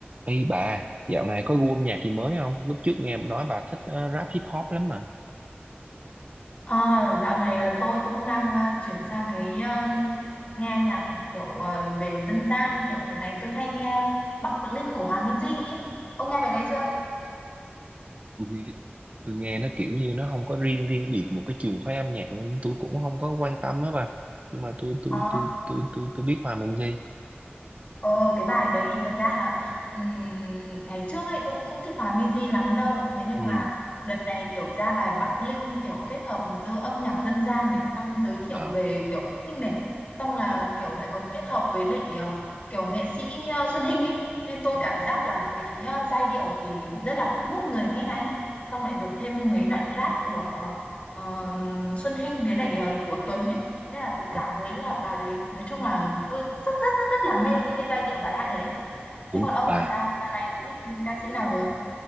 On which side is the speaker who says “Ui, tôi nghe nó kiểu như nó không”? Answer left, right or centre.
Right